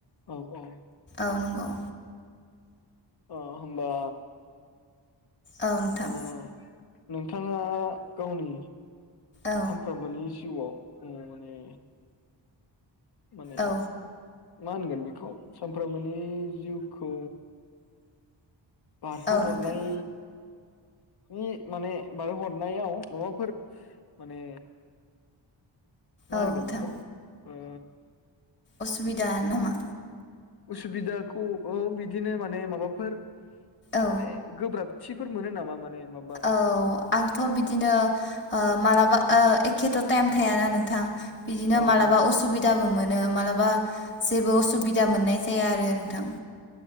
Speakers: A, on the left; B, on the left.
A: औ औ
B: औ नंगौ।
A: अ होमबा
B: औ नोंथां।
A: ओ नोंथाङा गावनि।
B: औ
A: सानफ्रामबोनि। जिउआव ओ माने। माने।
B: औ
A: मा होनगोन बेखौ सानफ्रोमबोनि जिउखौ। बारहो
B: औ
A: हरनाय
B: नोंथां
A: ए माने बारो हरनायाव माबाफोर माने। मा
B: औ
A: होनगोन
B: नोंथां
A: बेखौ? ओ।
B: असुबिदा नामा?
A: उसुबिदाखौ ओ बिदिनो माने माबाफोर।
B: औ
A: माने गोब्राब। थिफोर मोनो नामा माने? माबा
B: औ आंथ' बिदिनो मालाबा एखेथ' टाइम थायाना नोंथां बिदिनो
A: औ
B: माबा
A: औ
B: असुबिदाबो मोनो मालाबा जेबो असुबिदा मोननाय जाया आरो नोंथां